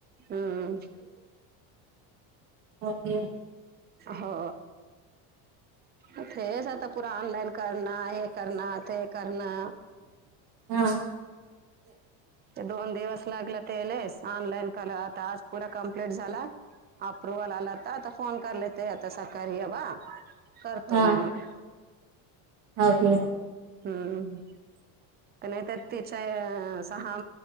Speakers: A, on the right; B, on the right.
A: हम्म.
B: ओके
A: हो तेच आता पुरा ऑनलाइन करणार, हे करणार ते करना.
B: हा.
A: ते दोन दिवस लागलं तेलेस ऑनलाईन करा आता आज पुरा कंप्लीट झाला, अप्रुव्हल आला तर आता फोन करला ते आता सकाळी ये बा करतो
B: हा
A: म्हणून.
B: ओके
A: हम्म नाही तर तिच्या हा